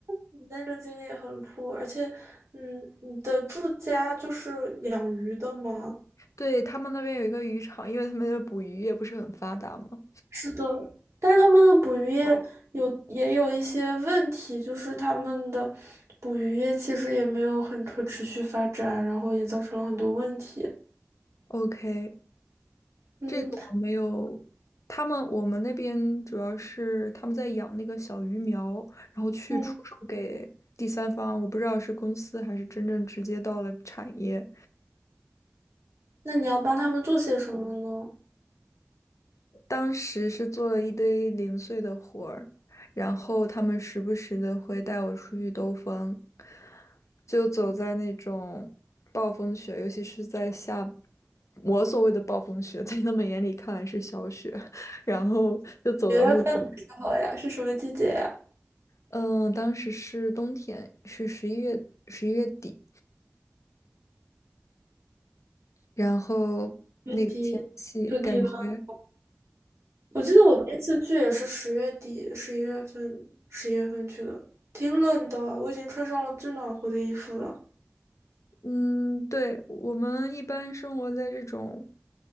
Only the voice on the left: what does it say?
<laughs> 对，他们那边有一个渔场，因为他们的捕鱼业不是很发达嘛。
OK，
这个我没有。他们我们那边主要是他们在养那个小鱼苗，然后去出售给第三方，
我不知道是公司还是真正直接到了产业。
当时是做了一堆零碎的活儿，然后他们时不时的会带我出去兜风，就走在那种暴风雪，尤其是在下，我所谓的暴风雪，在他们眼里看来是小雪，<laughs> 然后就走到那种，
嗯，当时是冬天，是十一月十一月底，然后那个天气感觉。
嗯，对，我们一般生活在这种